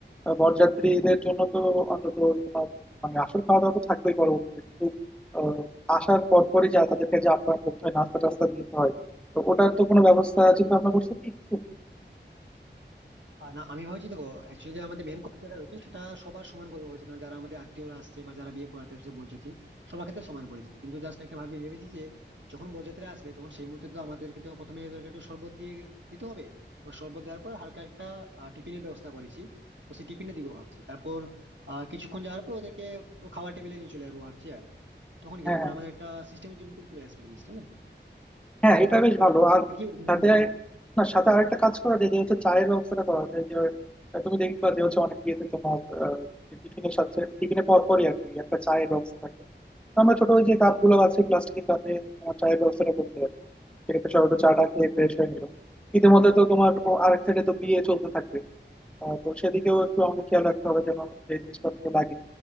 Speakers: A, in the centre; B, on the right.
A: আহ, বরযাত্রীদের জন্য তো অন্তত তোমার মানে আসল খাওয়া দাওয়া তো থাকবেই পরবর্তীতে কিন্তু আহ, আসার পর পরই যা তাদেরকে যে আপ্যায়ন করতে হয় নাস্তা টাস্তা দিতে হয় তো ওটার তো কোনো ব্যবস্থা চিন্তা ভাবনা করছে কি কিছু
B: আহ না আমি ভাবছি দেখো অ্যাকচুয়ালি যে আমাদের মেন কথাটা রয়েছে সেটা সবার সমান করবো বলছি কারণ যারা আমাদের আত্মীয়রা আসছে বা যারা বিয়ে করাতে আসছে বরযাত্রী সবার ক্ষেত্রে সমান করেছে কিন্তু জাস্ট একটা ভাবি ভেবেছি যে যখন বরযাত্রীরা আসবে তখন সেই মুহূর্তে তো আমাদেরকে তো প্রথমে ওদেরকে একটু শরবত দিয়ে দিতে হবে এবং শরবত দেওয়ার পর হালকা একটা আহ, টিফিনের ব্যবস্থা করেছি তো সেই টিফিনটা দিব ভাবছি তারপর আহ কিছুক্ষণ যাওয়ার পর ওদেরকে পুরো খাওয়ার টেবিলে নিয়ে চলে যাবো ভাবছি আর তখন কি
A: হ্যাঁ
B: তখন
A: হ্যাঁ।
B: আমাদের একটা সিস্টেমের চলে আসবে জিনিসটা না
A: হ্যাঁ এটা বেশ ভালো আর
B: কি বলবো
A: সাথে না সাথে আরেকটা কাজ করা যায় যে হচ্ছে চায়ের ব্যবস্থাটা করা যায় যে আহ, তুমি দেখবা যে হচ্ছে অনেক বিয়েতে তোমার আহ, টিফিনের সাথে টিফিনের পর পরই আর কি একটা চায়ের ব্যবস্থা থাকে তো আমরা ছোট ওই যে কাপ গুলো আছে প্লাস্টিকের কাপে তোমার চায়ের ব্যবস্থাটা করতে পারি সেক্ষেত্রে সবাই একটু চাটা খেয়ে ফ্রেশ হয়ে নিল ইতিমধ্যে তো তোমার ও আরেক সাইডে তো বিয়ে চলতে থাকবে আহ, তো সেদিকেও একটু আমাদের খেয়াল রাখতে হবে যেন যে জিনিসপত্র লাগে